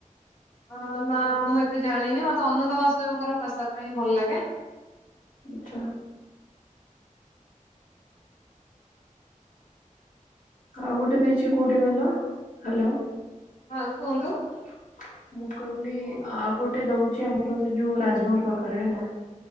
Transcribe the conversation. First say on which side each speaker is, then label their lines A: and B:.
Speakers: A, on the left; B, on the left.
A: ଅ ନା ମୁଁ ଏତେ ଜାଣିନି ମତେ ଅନନ୍ତ ବାସଦେବଙ୍କର ପ୍ରସାଦ ପାଇଁ ହଁ ଭଲ ଲାଗେ।
B: ଆଛା। ଆଉ ଗୋଟେ ଦେଇଛି କୋଉଠି କହିଲ? ହ୍ୟାଲୋ <unintelligible>
A: ହଁ କୁହନ୍ତୁ
B: ମୁଁ କହିଲି ଆ ଆଉ ଗୋଟେ ଦଉଛି ଆମର ସେ ଯୋଉ ରାଜମହଲ ପାଖରେ ହେଲା।